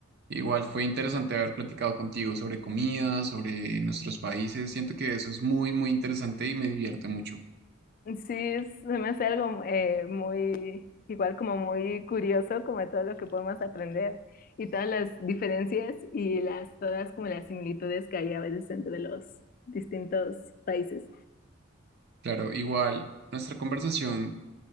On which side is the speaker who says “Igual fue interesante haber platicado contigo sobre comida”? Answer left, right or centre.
Right